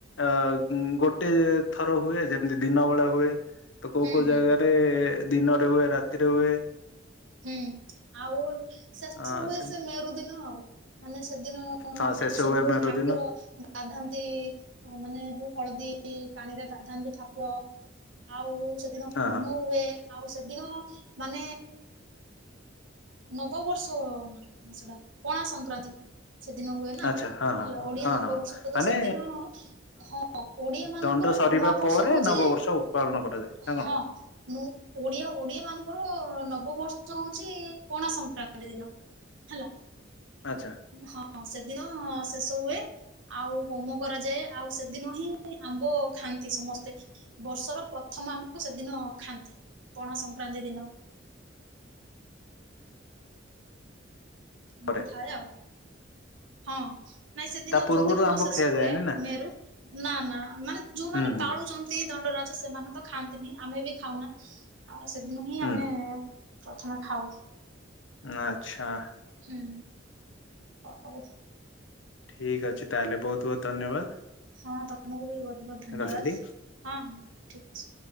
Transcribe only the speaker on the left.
ଅ ଗୋଟେ ଥର ହୁଏ, ଯେମିତି ଦିନ ବେଳେ ହୁଏ। ତ କୋଉ
କୋଉ
ଜାଗାରେ ଦିନରେ ହୁଏ, ରାତିରେ ହୁଏ।
ହଁ
ସେମତି
ହଁ ଶେଷ
ହୁଏ ମେରୁ
ଦିନ
ହଁ
ହଁ
ଆଚ୍ଛା ହଁ ହଁ
ହଁ
ହଁ
ମାନେ
ଦଣ୍ଡ ସରିବା
ପରେ
ନବବର୍ଷ ପାଳନ କରାଯାଏ ନା କଣ
ଆଛା।
ପରେ
ତା ପୂର୍ବରୁ
ଆମ୍ବ
ଖିଆଯାଏନି
ନା
ହୁଁ ହୁଁ
ହୁଁ
ଆଛା।
ଠିକ୍ ଅଛି ତାହେଲେ, ବହୁତ ବହୁତ ଧନ୍ୟବାଦ।
ରହିଲି।